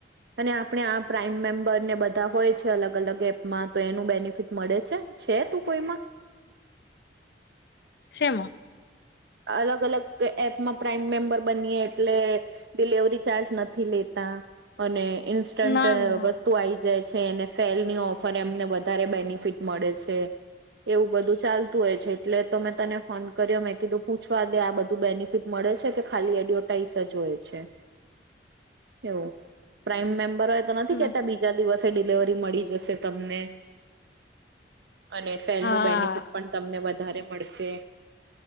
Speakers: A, on the right; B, on the left.
A: અને આપણે આ પ્રાઈમ મેમ્બર ને બધા હોય છે અલગ અલગ એપમાં તો એનું બેનિફિટ મળે છે. છે તું કોઈમાં?
B: સેમાં?
A: અલગ અલગ એપમાં પ્રાઈમ મેમ્બર બનીએ એટલે ડિલવરી ચાર્જ નથી લેતા અને ઇન્સ્ટન્ટ
B: ના
A: વસ્તુ
B: ના
A: વસ્તું આયી જાય છે અને સેલની ઓફર એમને વધારે બેનિફિટ મળે છે. એવું બધું ચાલતું હોય છે એટલે તો મેં તને ફોન કર્યો. મેં કીધું પૂછવા દે આ બધું બેનિફિટ મળે છે કે ખાલી એડવર્ટાઈઝ જ હોય છે. એવું પ્રાઇમ મેમ્બર હોય તો નથી
B: ના
A: કેતા બીજા દિવસે ડિલવરી મળી જશે તમને અને સેલ
B: હા
A: નું બેનિફિટ પણ તમને વધારે મળશે.